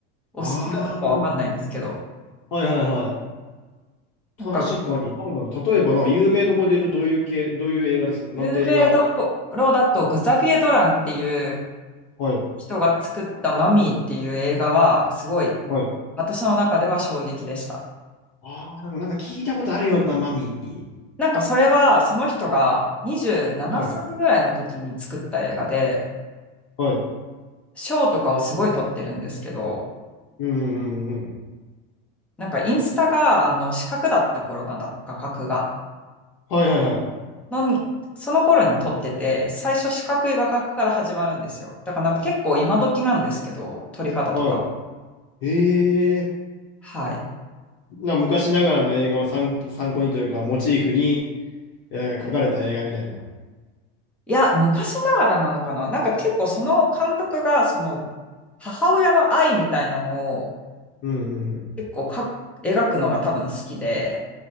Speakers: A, in the centre; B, on the left.
A: お好きかどうか分かんないですけど、
B: ああ、なるほど。はいはいはい。確かに、
A: なんか、
B: なんだろう。例えば、なんか有名どころで言うと、どういう系、どういう映画ですかなんて映画。
A: 有名どころだと、グザビエ・ドランっていう
B: はい。
A: 人が作ったマミーっていう映画は、すごい、
B: はい。
A: 私の中では衝撃でした。
B: ああ、でもなんか聞いたことあるようなマミー。
A: なんかそれはその人が27歳ぐらいの時に作った映画で、
B: はい。はい。
A: 賞とかをすごい取ってるんですけど、
B: うんうんうん。
A: なんかインスタが、あの、四角だった頃まだ、画角が。
B: はいはいはい。
A: のに、その頃に撮ってて、最初四角い画角から始まるんですよ。だからなんか結構今時なんですけど、撮り方とか。
B: はい。へえ。
A: はい。
B: な、昔ながらの映画を参、参考にというか、モチーフに、えー描かれた映画みたいな。
A: いや、昔ながらなのかななんか結構その監督が、その母親の愛みたいなのを
B: うんうん
A: 結構か描くのが多分好きで、